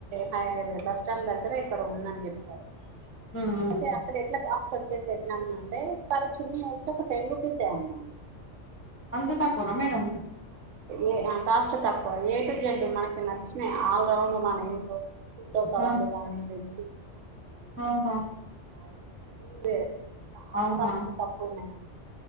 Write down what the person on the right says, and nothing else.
హైడ్ బస్ స్టాండ్ దగ్గరే ఎక్కడో ఉందని చెప్పారు
అదే అక్కడ ఎట్ల వచ్చే సిగ్నల్ నుండే తన చున్ని వచ్చిఒక టెన్ రూప్ ఎసేయ్ అన్నాను
ఏ ఆ కాస్ట్ తక్కువ ఏ టు జడ్ మనకి నచ్చినాయి ఆల్రౌండ్ మన ఇంట్లోకి ఇంకోక
వందగాని పెంచి మన డ్రెస్సెస్
కాని సారిస్ కాని అన్ని ఇవే చాలా
కాష్ట్ తక్కువ ఉన్నాయంట